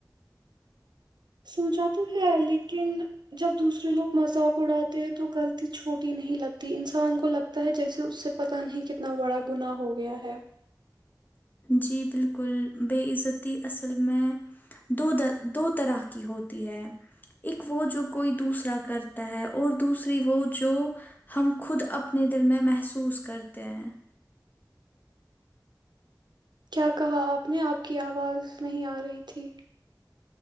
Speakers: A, on the right; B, on the left.
A: سوچا تو ہے لیکن جب دوسرے لوگ مذاق اڑاتے ہیں تو غلطی چھوٹی نہیں لگتی انسان کو لگتا ہے جیسے اس سے پت نہیں کتنا بڑا گناہ ہو گیا ہے
B: جی بالکل ب عزتی اصل میں دو د دو طرح کی ہوتی ہے ایک وہ جو کوئی دوسرا کرتا ہے اور دوسری وہ جو ہم خود اپنے دل میں محسوس کرتے ہیں
A: کیا کہا آپ نے آپ کی آواز نہیں آ رہی تھی